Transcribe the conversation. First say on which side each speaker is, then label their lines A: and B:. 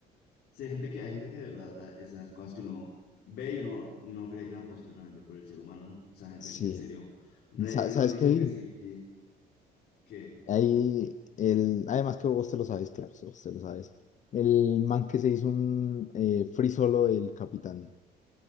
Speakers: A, on the left; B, on the left.
A: Sí, hay gente que, hay gente que de verdad, a- esas cosas que uno ve y uno no cree que eran posibles realmente por el ser humano, ¿no? O sea, gente
B: Sí.
A: que en serio redefine
B: Sa- ¿Sabes
A: los límites
B: qué? vi?
A: y, y que...
B: <laughs> Ahí el, además que vos te lo sabes, claro, vos te lo sabes. El man que se hizo un eh, free solo del capitán.